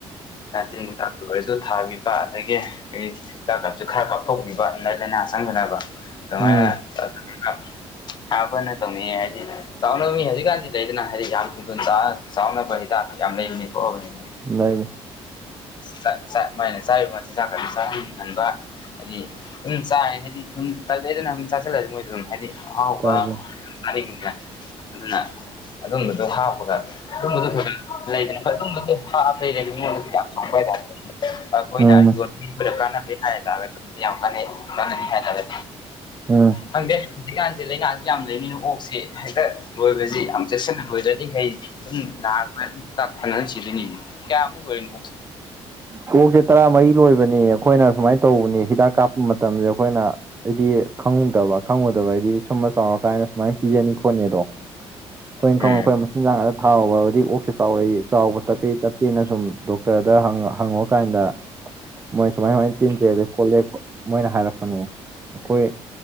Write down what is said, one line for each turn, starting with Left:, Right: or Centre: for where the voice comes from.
Left: ꯑ ꯇꯤꯟ ꯍꯤꯗꯥꯛꯇ ꯑꯣꯏꯔꯖꯨ ꯊꯥꯕꯤꯕ ꯑꯗꯒꯤ ꯑꯏ ꯍꯤꯗꯥꯛ ꯀꯥꯞꯁꯨ ꯈꯔ ꯀꯥꯞꯊꯣꯛꯄꯤꯕ ꯑꯗꯨꯗ ꯂꯥꯏꯅꯥ ꯆꯪꯗꯅꯕ ꯑꯗꯨꯃꯥꯏꯅ
Right: ꯎꯝ
Left: ꯇꯧ ꯑꯥ ꯍꯥꯄꯅ ꯇꯧꯅꯤꯡꯉꯦ ꯍꯥꯏꯗꯤ ꯆꯥꯎꯅꯕ ꯃꯤ ꯍꯧꯖꯤꯛꯀꯥꯟꯗꯤ ꯂꯩꯗꯅ ꯍꯥꯏꯗꯤ ꯌꯥꯝ ꯆꯥꯎꯅꯕ ꯍꯤꯗꯥꯛ ꯌꯥꯝ ꯂꯩꯕꯅꯤ ꯊꯣꯛꯑꯕꯅꯤ
Right: ꯂꯩ
Left: ꯆꯥꯛꯁꯤ ꯃꯩꯅ ꯆꯥꯔꯤꯕ ꯃ ꯆꯥꯛ ꯈꯔ ꯍꯟꯕ ꯍꯥꯏꯗꯤ ꯑꯗꯨꯨꯝ ꯆꯥꯔꯦ ꯍꯥꯏꯗꯤ ꯁꯨꯝ ꯇꯜꯂꯛꯑꯦꯗꯅ ꯁꯨꯝ ꯆꯥꯁꯤꯜꯂꯑꯗꯤ ꯃꯣꯏꯗ ꯑꯗꯨꯝ ꯍꯥꯏꯗꯤ ꯑꯍꯥꯎꯕ
Right: ꯇꯥꯏ ꯇꯥꯏ
Left: ꯆꯥꯅꯤꯡꯕꯅꯦ ꯑꯗꯨꯅ ꯑꯗꯨꯝꯕꯗꯣ ꯍꯥꯎ ꯄꯗ ꯑꯗꯨꯝꯕꯗꯨ ꯈꯔ ꯂꯩꯗꯅ ꯍ ꯑꯗꯨꯝꯕꯗꯣ ꯍꯥꯞ ꯂꯩꯔꯒ ꯃꯤꯉꯣꯟꯗ ꯗ ꯍꯥꯞꯄ ꯍꯥꯏꯇꯥꯔꯦꯅꯦ ꯑꯈꯣꯏꯅ
Right: ꯎꯝ
Left: ꯌ ꯑꯈꯣꯌꯗ ꯀꯥꯟꯅꯗꯦ ꯍꯥꯏꯇꯥꯔꯦ ꯊꯗꯤ ꯌꯥꯝ ꯀꯥꯟꯅꯩ ꯀꯥꯟꯅꯅꯤ ꯍꯥꯏꯇꯥꯔꯦ
Right: ꯎꯝ
Left: ꯈꯪꯗꯦ ꯍꯧꯖꯤꯛ ꯀꯥꯟꯁꯦ ꯂꯩꯅꯁꯦ ꯌꯥꯝ ꯂꯩꯕꯅꯤꯅ ꯑꯣꯛꯁꯤ ꯍꯦꯛꯇ ꯂꯣꯏꯕꯖꯤ ꯌꯥꯝ ꯆꯦꯛꯁꯤꯟꯅ ꯂꯣꯏꯖꯔꯤꯈꯩ ꯑꯗꯨꯝ ꯅꯥꯔꯛꯄꯏ ꯇꯥꯛꯄꯅ ꯁꯤꯗꯅꯤ ꯀꯌꯥꯃꯨ ꯂꯣꯏꯅꯣ ꯑꯣꯛꯁꯦ
Right: ꯐꯣꯛꯁꯦ ꯇꯔꯥꯃꯔꯤ ꯂꯣꯏꯕꯅꯤ ꯑꯩꯈꯣꯏꯅ ꯁꯨꯃꯥꯏꯅ ꯇꯧꯕꯅꯤ ꯍꯤꯗꯥꯛ ꯀꯥꯞꯄ ꯃꯇꯝꯁꯦ ꯑꯩꯈꯣꯏꯅ ꯑꯩꯗꯤ ꯈꯪꯡꯗꯕ ꯈꯪꯉꯨꯗꯕ ꯍꯥꯏꯗꯤ ꯁꯨꯝꯕ ꯆꯥꯎꯔ ꯀꯥꯏꯅ ꯁꯨꯃꯥꯏꯅ ꯄꯤꯔꯅꯤ ꯈꯣꯠꯅꯤꯗꯣ ꯑꯈꯣꯏꯅ
Left: ꯎꯝ
Right: ꯈꯪꯅꯣ ꯑꯩꯈꯣꯏ <unintelligible> ꯊꯥꯎꯕꯗꯤ ꯑꯣꯛꯁꯦ ꯆꯥꯎꯔꯛꯏ ꯆꯥꯎꯕ ꯇꯞꯄꯤ ꯇꯞꯄꯤꯅ ꯁꯨꯝ ꯗꯣꯛꯇꯔꯗ ꯍꯪꯉꯒ ꯐꯪꯉꯀꯥꯟꯗ ꯃꯣꯏ ꯁꯨꯃꯥꯏ ꯁꯨꯃꯥꯏꯅ ꯇꯤꯟ ꯆꯦꯜꯂꯦ ꯈꯣꯠꯂꯦ ꯃꯣꯏꯅ ꯍꯥꯏꯔꯛꯄꯅꯦ ꯑꯩꯈꯣꯏ